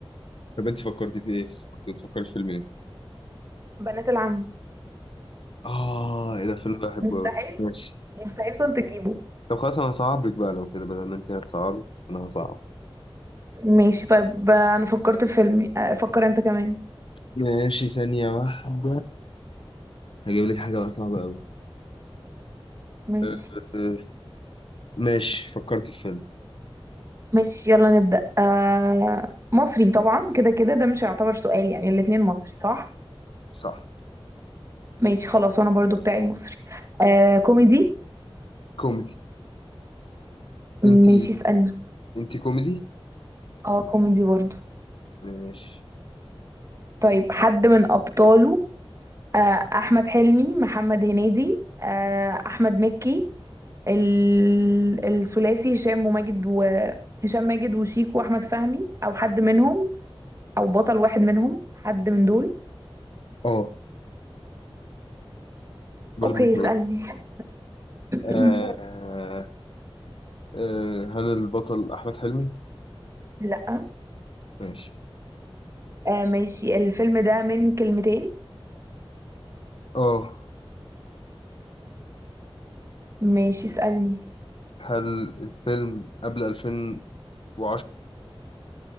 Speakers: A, on the left; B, on the right.
A: طب انت فكرتي في ايه؟ كنت بتفكري في فيلم ايه؟
B: بنات العم
A: اه ايه ده فيلم بحبه
B: مستحيل
A: أوي. ماشي
B: مستحيل كنت تجيبه
A: طب خلاص انا هصعب لك بقى لو كده بدل ما انت هتصعبي انا هصعب
B: ماشي طيب آه، أنا فكرت في فيلم آه، فكر أنت كمان
A: ماشي ثانية واحدة هجيب لك حاجة بقى صعبة أوي
B: ماشي
A: أه، أه، ماشي فكرت في فيلم
B: ماشي يلا نبدأ آه مصري طبعا كده كده ده مش هيعتبر سؤال يعني الاتنين مصري صح
A: صح
B: ماشي خلاص وأنا برضو بتاعي مصري آه كوميدي
A: كوميدي
B: ماشي
A: انت
B: اسألني
A: انت كوميدي
B: اه كوميدي برضو
A: ماشي
B: طيب حد من أبطاله آه، أحمد حلمي محمد هنيدي آه، أحمد مكي ال- الثلاثي هشام وماجد وهشام ماجد وشيكو وأحمد فهمي أو حد منهم أو بطل واحد منهم حد من دول
A: اه بس برضه
B: أوكي
A: مش
B: اسألني
A: هقول
B: <clears throat>
A: أه، أه، هل البطل أحمد حلمي
B: لأ
A: ماشي
B: آه، ماشي الفيلم ده من كلمتين
A: اه
B: ماشي اسألني
A: هل الفيلم قبل 2010